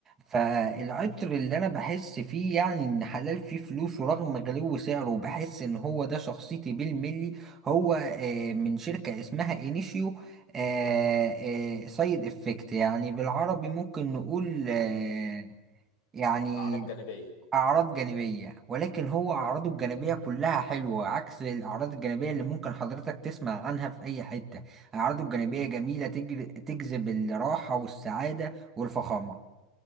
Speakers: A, on the right (about 15°); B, on the left (about 50°).
A: فالعطر اللي انا بحس فيه يعني ان حلال فيه فلوس ورغم غلو سعره بحس ان هو ده شخصيتي بالملي هو آه من شركه اسمها انيشيو آه آه سايد افكت يعني بالعربي ممكن نقول آه يعني
B: اعراض جانبيه
A: أعراض جانبية ولكن هو أعراضه الجانبية كلها حلوة عكس الأعراض الجانبية اللي ممكن حضرتك تسمع عنها في أي حتة أعراضه الجانبية
B: مم.
A: جميلة تجر... تجذب الراحة والسعادة والفخامة